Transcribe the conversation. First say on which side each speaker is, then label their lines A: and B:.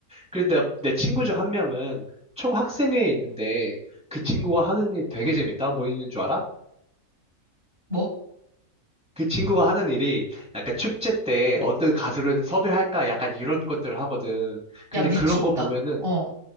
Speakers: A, in the centre; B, on the right (about 40°).
A: 그래서 내가- 내 친구 중 한 명은 총학생회에 있는데 그 친구가 하는 일 되게 재밌다. 뭐 있는 줄 알아?
B: 뭐?
A: 그 친구가 하는 일이 약간 축제 때 어떤 가수를 섭외할까 약간 이런 것들을 하거든. 근데
B: 야 미쳤다.
A: 그런 거 보면은
B: 어